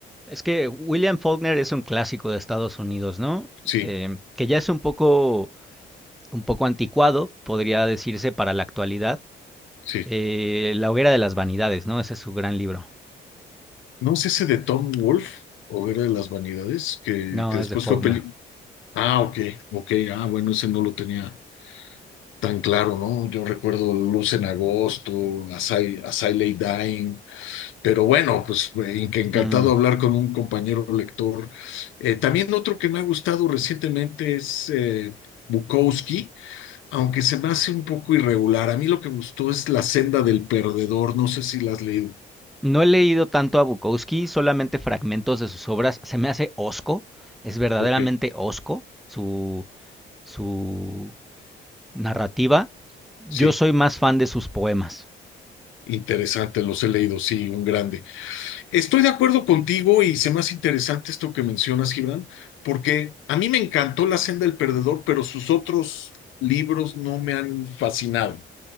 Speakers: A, in the centre; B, on the left (about 80°).
A: Es que William Faulkner es un clásico de Estados Unidos, ¿no?
B: Sí,
A: Eh, que ya es un poco, un poco anticuado, podría decirse, para la actualidad.
B: sí.
A: Eh, La hoguera de las vanidades, ¿no? Ese es su gran libro.
B: ¿No es ese de Tom Wolfe o era de las vanidades que,
A: No,
B: que después
A: es de Faulkner.
B: fue peli? Ah, ok, ok, ah, bueno, ese no lo tenía tan claro, ¿no? Yo recuerdo Luz en Agosto, As I, As I Lay Dying, Pero bueno, pues eh, que encantado
A: Mm.
B: hablar con un compañero lector. Eh, también otro que me ha gustado recientemente es eh, Bukowski, aunque se me hace un poco irregular. A mí lo que gustó es La senda del perdedor. No sé si la has leído.
A: No he leído tanto a Bukowski, solamente fragmentos de sus obras. Se me hace osco, es verdaderamente
B: Ok,
A: osco su, su narrativa. Yo
B: sí,
A: soy más fan de sus poemas.
B: interesante, los he leído, sí, un grande. Estoy de acuerdo contigo y se me hace interesante esto que mencionas, Gibran, porque a mí me encantó La senda del perdedor, pero sus otros libros no me han fascinado.